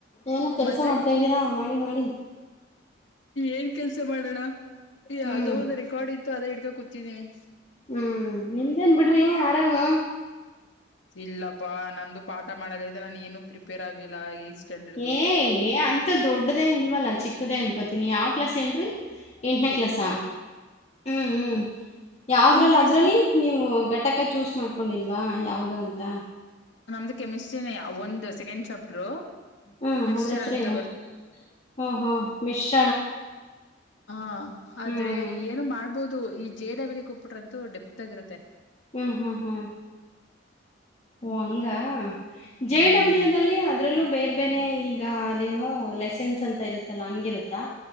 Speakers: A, on the left; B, on the left.
A: ಏನ ಕೆಲ್ಸ
B: ಮತ್ತೆ
A: ಮಾಡ್ತಾ್ದೀರಾ ಮಾಡಿ ಮಾಡಿ
B: ಏನ್ ಕೆಲ್ಸ ಮಾಡೋಣ ಯಾವದೋ
A: ಹ್ಮ್
B: ಒಂದ್ ರೆಕಾರ್ಡ್ ಇತ್ತು ಅದೇ ಹಿಡ್ಕಾ ಕೂತಿದೀನಿ
A: ಹ್ಮ್ ನಿಮ್ದೇನ್ ಬಿಡ್ರಿ ಆರಾಮು
B: ಇಲ್ಲಪ್ಪಾ ನಂದು ಪಾಠ ಮಾಡೋದೈತ ನಾನು ಏನು ಪ್ರಿಪೇರ್ ಆಗಿಲ್ಲ ಸ್ಟ್ಯಾಂಡರ್ಡ್ದು
A: ಏ ಏ ಅಂತ ದೊಡ್ಡದೇನ್ ಇಲ್ವಲ್ಲ ಚಿಕ್ಕದೇ ಅನ್ಕೋತನಿ ಯಾವ್ ಕ್ಲಾಸ್ ಹೇಳ್ರಿ ಎಂಟನೇ ಕ್ಲಾಸ
B: ಏತ್
A: ಹ್ಮ್ ಹ್ಮ್ ಯಾವ್ದ್ರಲ್ಲ
B: ಸಿ ಬಿ
A: ಅದ್ರಲ್ಲಿ
B: ಎಸ್ ಸಿ
A: ನೀವು ಗ ಘಟಕ ಚೂಸ್ ಮಾಡ್ಕೊಂಡಿಲ್ವಾ ಯಾವವು್ದೋ ಅಂತ
B: ನಮ್ದು ಕೆಮಿಸ್ಟ್ರಿನ ಒಂದು ಸೆಕೆಂಡ್ ಚಾಪ್ಟರು
A: ಹ್ಮ್
B: ಮಿಕ್ಸ್ಚರ್
A: ಅದ್ರ ಹೆಸ್ರೇನು
B: ಅಂತ
A: ಹ ಹ್ಮ ಮಿಶ್ರ
B: ಹಾ ಆದ್ರೆ
A: ಹ್ಮ್
B: ಏನು ಮಾಡ್ಬೋದು ಈ ಜೆ ಡಬ್ಲಿ ಕೊಪ್ಪಿಟ್ರ ಅಂತ ಡೆಪ್ ಆಗರುತ್ತೆ
A: ಹ್ಮ್ ಹ್ಮ್ ಹ್ಮ್ ಓ ಹಂಗ
B: ಹ್ಮ್
A: ಜೆ ಡಬ್ಲ್ಯೂ ದಲ್ಲಿ ಅದ್ರಲ್ಲೂ ಬೇರ್ ಬೇರೆ ಈ ಈಗ ಅದೇನೋ ಲೆಸನ್ಸ್ ಅಂತ ಇರುತ್ತಲ್ಲ ಹಂಗಿರುತ್ತಾ